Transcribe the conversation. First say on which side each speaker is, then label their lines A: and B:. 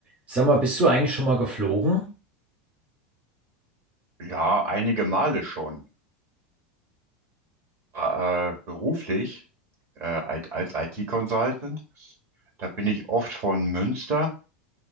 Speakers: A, on the right; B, on the right.
A: Sag mal, bist du eigentlich schon mal geflogen?
B: Ja, einige Male schon. Äh, äh, beruflich äh, als als IT-Consultant, da bin ich oft von Münster